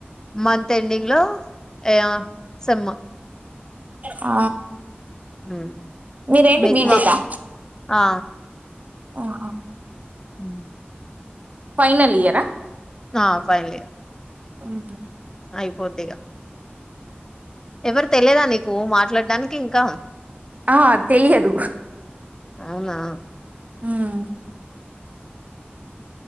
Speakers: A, on the left (about 15°); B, on the right (about 40°).
A: మంత్ ఎండింగ్ లో ఏయా సేమ్ము
B: ఆ
A: మ్మ్
B: మీరేంటి
A: మీకు
B: బీటెకా
A: మాకు ఆ
B: ఆహా
A: మ్మ్
B: ఫైనల్ ఇయరా
A: ఆ ఫైనల్ ఇయర్
B: హ్మ్ హు
A: అయిపోద్ది ఇగ ఎవరు తేలీదా నీకు మాట్లాడడానికి ఇంకా
B: ఆ తెలియదు
A: అవునా
B: మ్మ్